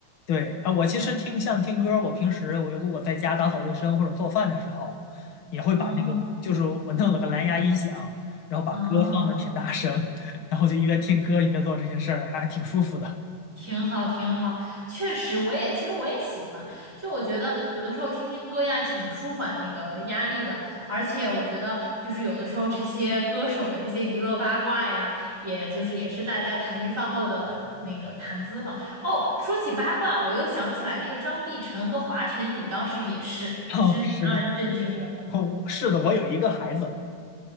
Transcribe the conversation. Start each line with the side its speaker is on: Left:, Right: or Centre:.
Left: 对啊，我其实听像听歌儿我平时我如果在家打扫卫生或者做饭的时候，也会把那个就是我弄了个蓝牙音响，
Right: 嗯
Left: 然后把歌放的挺大声，
Right: 嗯，
Left: 然后就一边听歌一边做这些事儿，还挺舒服的。
Right: 挺好，挺好，确实，我也其实我也喜欢。就我觉得有的时候听听歌呀，挺舒缓那个压力的。而且我觉得，就是有的时候这些歌手的这些娱乐八卦呀，也就是也是大家谈余饭后的那个谈资嘛。哦，说起八卦，我又想起来那个张碧晨和华晨宇当时也是，
Left: <laughs> 哦，
Right: 是挺让人震惊的。
Left: 是的，哦，是的，我有一个孩子，